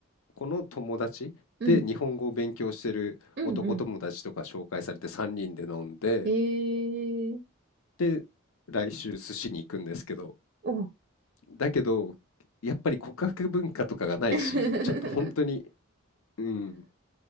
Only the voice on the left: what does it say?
子の友達で日本語を勉強してる男友達とか紹介されて3人で飲んで、
で、来週寿司に行くんですけど、
だけど、やっぱり告白文化とかがないし、
ちょっと本当に、うん、